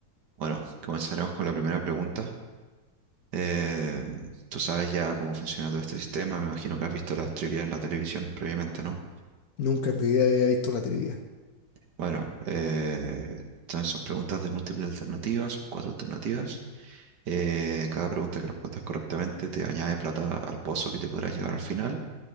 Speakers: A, on the right; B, on the left.
A: Bueno, comenzaremos con la primera pregunta. Eh, tú sabes ya cómo funciona todo este sistema, me imagino que has visto las trivias en la televisión previamente, ¿no?
B: Nunca en mi vida había visto una trivia.
A: Bueno, eh, entonces son preguntas de múltiples alternativas, son cuatro alternativas. Eh, cada pregunta que respondas correctamente te añade plata al pozo que te podrás llevar al final.